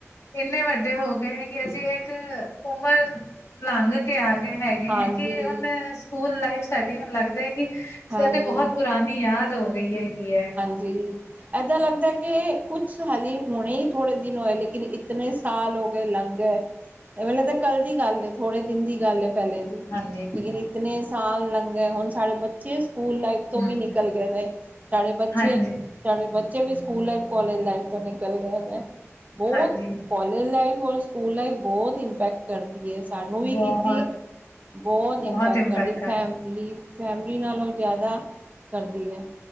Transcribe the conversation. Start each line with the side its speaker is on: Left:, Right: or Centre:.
Left: ਇੰਨੇ ਵੱਡੇ ਹੋ ਗਏ, ਕਿ ਅਸੀ ਏੱਕ ਉਮਰ ਲੰਘ ਕੇ ਆ ਗਏ ਹੈਗੇ
Right: ਹਾਂਜੀ
Left: ਐਂ, ਕਿ ਹੁਨ ਸੂਕੂਲ ਲਾਈਫ਼ ਸਾਡੀ ਹੁਨ ਲੱਗਦਾ ਐ ਕਿ <unintelligible>
Right: ਹਾਂਜੀ
Left: ਤੇ ਬੋਹਤ ਪੁਰਾਨੀ ਯਾਦ ਹੋ ਗਈ ਹੈਗੀ ਐ।
Right: ਜੀ। ਐਦਾਂ ਲਗਦੈ ਕਿ, ਕੁਛ ਹਲੀ ਹੂਣੇ ਈ ਥੋੜੇ ਦਿਨ ਹੋਏ, ਲੇਕਿਨ ਇਤਨੇ ਸਾਲ ਹੋ ਗਏ, ਲੰਘ ਗਏ। ਐਂਵੇ ਲਗਦੈ ਕੱਲ ਦੀ ਗਾੱਲ ਏ, ਥੋੜੇ ਦਿਨ ਦੀ ਗਾੱਲ ਏ ਪੈਲੇ ਦੀ,
Left: ਹਾਂਜੀ
Right: ਲੇਕਿਨ ਇਤਨੇ ਸਾਲ ਲੰਘ ਗਏ ਹੋਨ ਸਾਡੇ ਬੱਚੇ ਚੇ ਸੂਕੂਲ ਲਾਈਫ
Left: ਹਮ
Right: ਤੋਂ ਵੀ ਨਿਕਲ ਗਏ ਨੇ, ਸਾਡੇ ਬੱਚੇ
Left: ਹਾਂਜੀ
Right: ਸਾਡੇ ਬੱਚੇ ਵੀ ਸੂਕੂਲ ਲਾਈਫ, ਕਾਲੇਜ ਲਾਈਫ ਤੋ ਨਿਕਲ ਗਏ ਨੇ, ਬੋਤ
Left: ਹਾਂਜੀ
Right: <unintelligible> ਲਾਈਫ ਔਰ ਸੂਕੂਲ ਲਾਈਫ ਬੋਤ ਇੰਪੈਕਟ ਕਰਦੀ ਐ, ਸਾਨੂੰ ਵੀ
Left: ਬਹੁਤ
Right: ਕੀਤੀ, ਬੋਤ
Left: ਬਹੁਤ
Right: ਇੰਪੈਕਟ ਕਰਦੀ
Left: ਕਰ
Right: ਫੈਮਲੀ, ਫੈਮ ਮਲੀ ਨਾਲੋ ਜਾਦਾ ਕਰਦੀ ਐ।